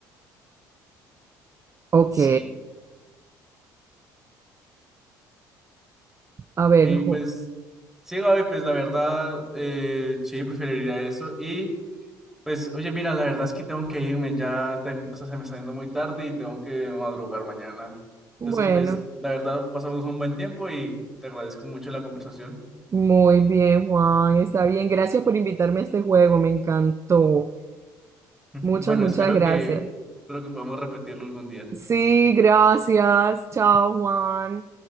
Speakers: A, on the right (about 30°); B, in the centre.
A: Ok.
B: Sí.
A: A ver,
B: Y pues,
A: Ju-
B: sí, Gaby, pues la verdad, eh, sí, preferiría eso. Y pues, oye, mira, la verdad es que tengo que irme, ya ten- o sea, se me está yendo muy tarde y tengo que madrugar mañana. Entonces,
A: bueno,
B: pues, la verdad, pasamos un buen tiempo y te agradezco mucho la conversación.
A: muy bien, Juan. Está bien. Gracias por invitarme a este juego. Me encantó.
B: <laughs>
A: Muchas,
B: Bueno,
A: muchas
B: espero
A: gracias.
B: que, espero que podamos repetirlo algún día.
A: Sí, gracias. Chao, Juan.